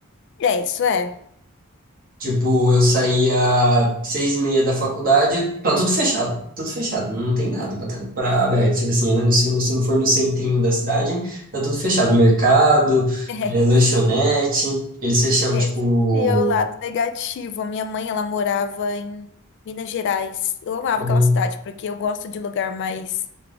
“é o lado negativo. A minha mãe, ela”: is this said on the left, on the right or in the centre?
Left